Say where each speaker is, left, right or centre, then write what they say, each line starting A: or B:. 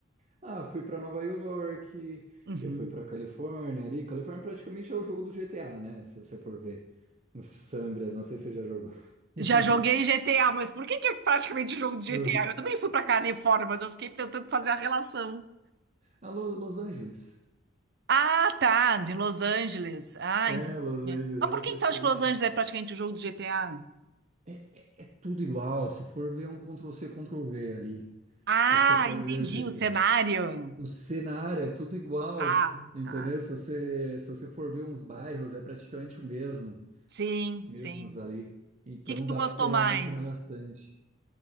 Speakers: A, on the right (about 35°); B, on the right (about 60°).
A: Ah, fui para Nova York,
B: Uhum.
A: eu fui para Califórnia ali. Califórnia praticamente é o jogo do GTA, né? Se você for ver. Os San Andreas, não sei se você já jogou. <laughs>
B: Já joguei GTA, mas por que que é praticamente jogo de GTA?
A: Mas,
B: Eu também fui para Califórnia, mas eu fiquei tentando fazer a relação.
A: Ah, Lo- Los Angeles.
B: Ah, tá, de Los Angeles. Ah,
A: é,
B: entendi.
A: Los Angeles
B: Mas por
A: é praticamente.
B: que que tu acha que Los Angeles é praticamente o jogo do GTA?
A: É, é- é tudo igual. Se for ver é um Ctrl-C, Ctrl-V ali.
B: Ah,
A: Se você for
B: entendi
A: ver o GT.
B: o cenário.
A: O cenário é tudo igual.
B: Ah,
A: Entendeu?
B: tá.
A: Se você, se você for ver uns bairros, é praticamente o mesmo.
B: Sim,
A: Mesmos
B: sim.
A: ali. Então
B: que que tu
A: dá
B: gostou
A: para você
B: mais?
A: aventurar bastante.